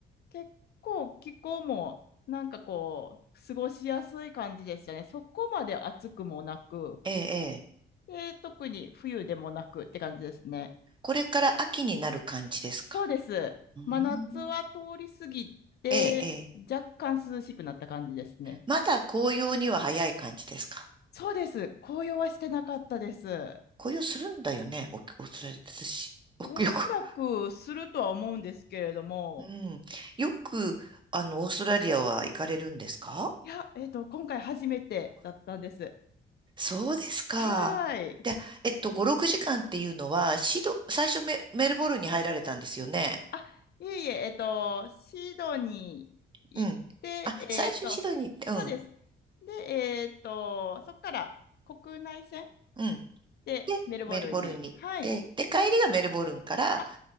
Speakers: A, on the left; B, on the right.
A: 結構気候もなんかこう過ごしやすい感じでしたね。そこまで暑くもなく、
B: ええ、ええ。
A: で、特に冬でもなくって感じですね。
B: これから秋になる感じですか
A: そうです。
B: うーん。
A: 真夏は通り過ぎて若干涼しくなった感じですね。
B: ええ、ええ。まだ紅葉には早い感じですか
A: そうです。紅葉はしてなかったです。
B: 紅葉するんだよね、オーオーストラリアって私。<laughs> およく、
A: おそらくするとは思うんですけれども、
B: よくうん。よく、あの、オーストラリアは行かれるんですか
A: いや、えっと、今回初めてだったんです。
B: そうですか。
A: はーい。
B: で、えっと、5、6時間っていうのは、シド、最初メ、メルボルンに入られたんですよね。
A: あ、いえいえ、えっと、シドニー行って、
B: うん。あ、
A: えっと、
B: 最初にシドニーに行って、
A: そうです。
B: う
A: で、えっと、そこから国内線
B: ん、うん。
A: でメルボルンに。
B: で、メルボルンに行って、
A: はい。
B: で、帰りがメルボルンから
A: あ、